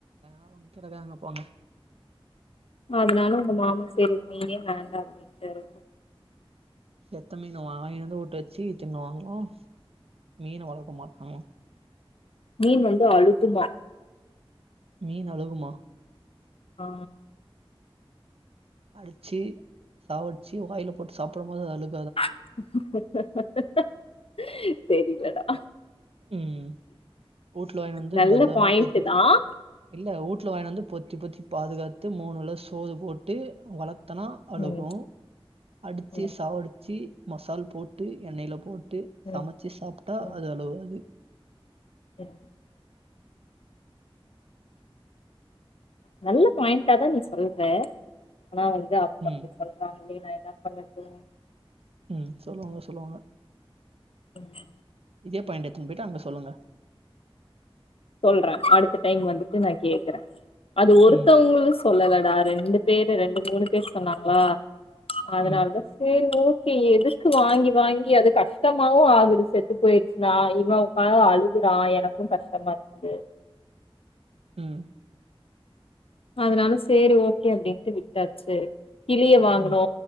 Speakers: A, on the right (about 85°); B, on the left (about 75°).
A: ஆவுங் கிரதாங்க போங்க
B: அதனால உங்க மாமா சேரி மீனே வேண்டா அப்பிடின்டாரு
A: செத்த மீனை வாங்கினுவந்து ஒட்ட வச்சி தின்னுவாங்களா மீன வளக்கமாட்டங்க
B: மீன் வந்து அழுகுமா
A: மீன் அழுகுமா
B: ஆ
A: அடிச்சி சாவடிச்சி வாயில போட்டு சாப்பிடும் போது அது அழு
B: அஹ ஹ ஹ ஹ தெரியலடா
A: ம் ஊட்ல வாயின் வந்து
B: நல்ல
A: பத்துரமா
B: பாயிண்ட்டு
A: பொத்தி
B: தா
A: இல்ல ஊட்ல வாயின் வந்து பொத் தி பொத்தி பாதுகாத்து மூணுல சோறு போட்டு வளத் தனா அழுகு
B: ம்
A: அடித்து
B: ம்
A: சாவடு ச்சி மசால் போட்டு எண்ணெய்ல போட் டு சமச்சு
B: ம்
A: சாப்ட்டா
B: ம்
A: அது அழுவாது
B: ம் நல்ல பாயின்ட்டாதா நீ சொல்ற ஆனா வந்து அவுங்க
A: ம்
B: அப்டி சொல்றாங்ளே நா என்னாப் பண்ணட்டு
A: ம் சொல்வாங்க சொல்வாங்க
B: உப்பா
A: இதே பாயிண்ட்ட எத்துன் போயிட்டு அங்க சொல்லுங்க
B: சொல்றே அடுத்த டைம் வந்துட்டு நா கேக்குறே அது ஒருத்தவ்ங்களு
A: ம்
B: சொல்லல டா ரெண்டு பேரு ரெண்டு மூணு பேரு சொன்னாங்ளா அதனால்தா
A: ம்
B: சேரி ஓ கே எதுக்கு வாங்கி வாங்கி அது கஷ்டமாவு‌ ஆகுது செத்து போயிருச்சுனா இவ உக்காந்து அழுகுறா எனக்கு கஷ்டமாரு க்கு
A: ம்
B: அதுனால சேரி ஓகே அப்டின்ட்டு விட்டாச்சு கிளிய வாங்குனோ
A: ம்